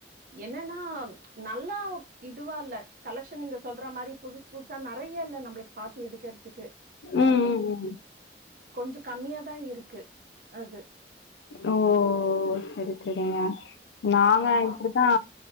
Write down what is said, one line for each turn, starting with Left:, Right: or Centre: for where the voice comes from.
Right: என்னன்னா நல்லா இதுவா இல்ல கலெக்ஷன் நீங்க சொல்ற மாரி புதுசு புதுசா நறைய இல்ல நம்மளுக்கு பாத்து எடுக்கறதுக்கு
Left: ம்
Right: அது
Left: ம் ம்
Right: கொஞ்ச கம்மியாதா இருக்கு அது
Left: ஓ சரி சரிங்க நாங்க
Right: ஆமா
Left: இப்பிடித்தா